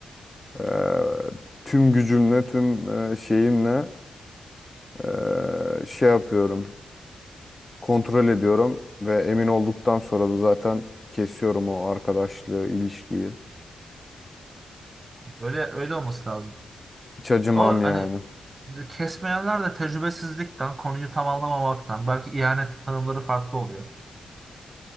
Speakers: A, on the left (about 25°); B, on the right (about 35°).
A: e, tüm gücümle, tüm e, şeyimle e, şey yapıyorum. Kontrol ediyorum ve emin olduktan sonra da zaten kesiyorum o arkadaşlığı, ilişkiyi.
B: Öyle öyle olması lazım.
A: Hiç acımam
B: O
A: yani.
B: hani kesmeyenler de tecrübesizlikten, konuyu tam anlamamaktan, belki ihanet tanımları farklı oluyor.